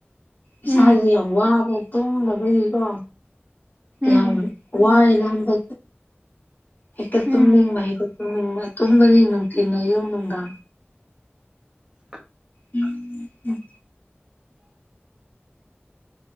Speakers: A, on the left (about 50°); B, on the right (about 20°).
A: ꯏꯁꯥꯁꯦ
B: ꯎꯝ
A: ꯌꯥꯝ ꯋꯥꯕ ꯇꯨꯝꯗꯕꯒꯤꯀꯣ
B: ꯎꯝ
A: ꯌꯥꯝ ꯋꯥꯏꯔꯕ ꯍꯦꯛꯇ ꯇꯨꯝꯅꯤꯡꯕ
B: ꯎꯝ
A: ꯍꯦꯛꯇ ꯇꯨꯝꯅꯤꯡꯕ ꯇꯨꯝꯃꯅꯤ ꯅꯨꯡꯊꯤꯜ ꯌꯨꯝ ꯅꯨꯡꯗ
B: ꯎꯝ
A: ꯎꯝ ꯎꯝ ꯎꯝ